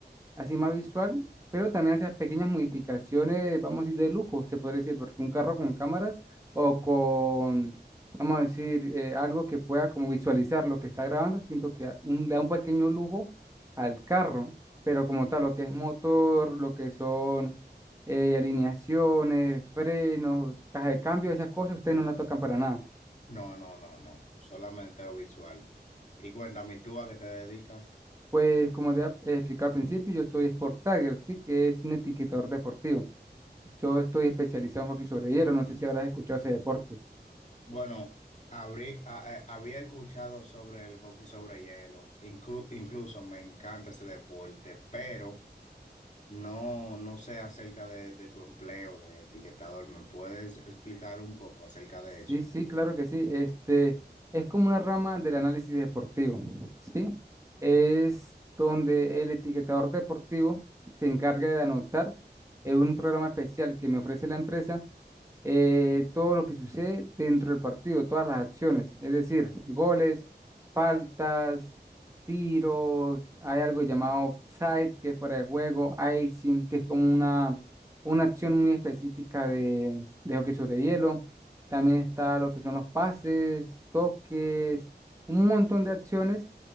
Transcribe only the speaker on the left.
No, no, no, no, solamente lo visual. Y cuéntame, ¿tú a qué te dedicas?
Bueno, habré- a- a- había escuchado sobre el hockey sobre hielo. Inclu- incluso me encanta ese deporte, pero no, no sé acerca de, de tu empleo de etiquetador. ¿Me puedes explicar un poco acerca de
eso?